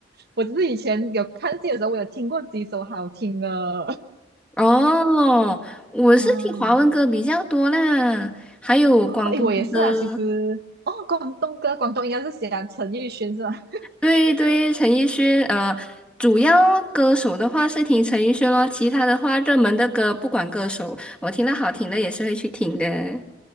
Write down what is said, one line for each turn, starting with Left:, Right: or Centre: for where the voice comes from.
Right: 我只是以前有看戏的时候，我有听过几首好听的
Centre: 哦，我是听华文歌比较多啦，
Right: <laughs> 啊。
Centre: 还有广东歌。
Right: 哦，哎，我也是啊，其实哦，广东歌，广东应该是喜欢陈奕迅是吧？
Centre: 对对，陈奕迅，呃，主要歌手的话是听陈奕迅咯，其他的话热门的歌不管歌手，我听到好听的也是会去听的。